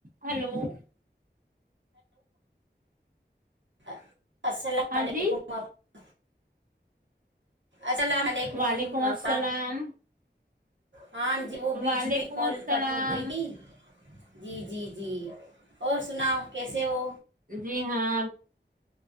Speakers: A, on the right (about 45°); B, on the right (about 80°).
A: hello <inaudible>
B: ہاں <inaudible> السلام
A: ہاں
B: علیکم
A: جی
B: <inaudible> السلام علیکم
A: وعلیکم السلام
B: آپا ہاں جی وہ بیچ
A: وعلیکم
B: میں کال
A: السلام
B: کٹ ہو گئی تھی جی جی جی اور سناؤ کیسے ہو
A: ج جی ہاں